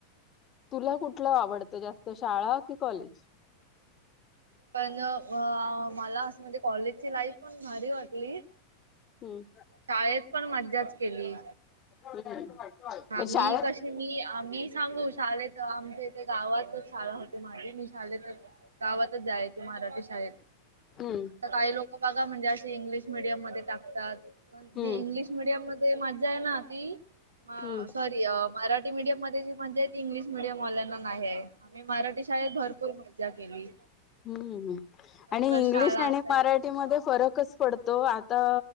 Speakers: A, on the left; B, on the right.
A: तुला कुठलं आवडतं जास्त? शाळा कि कॉलेज?
B: पण, अ मला असं म्हणजे कॉलेजची लाईफ पण भारी वाटली.
A: हम्म
B: शाळेत पण मज्जाच केली.
A: <unintelligible>
B: हा
A: शाळेत
B: मी कशी मी आ मी सांगू शाळे त आमच्या इथे गावातच शाळा होते माझी मी शाळेत च गावातच जायची मराठी शाळेत.
A: हम्म
B: आता काही लोक बघा म्हणजे इंग्लिश मिडियम मध्ये टाकतात. पण
A: हम्म
B: इंग्लिश मिडियम मध्ये मज्जा आहे ना ती
A: हम्म
B: सॉरी अ मराठी मीडियम मध्ये जे म्हणजे त इंग्लिश मिडियमवाल्या ना नाही हे. मी मराठी शाळेत भरपूर मज्जा केली
A: हूं
B: दिवसभर
A: आणि इंग्लिश
B: शाळा
A: आणि
B: असायची.
A: मराठीमध्ये फरकच पडतो. आता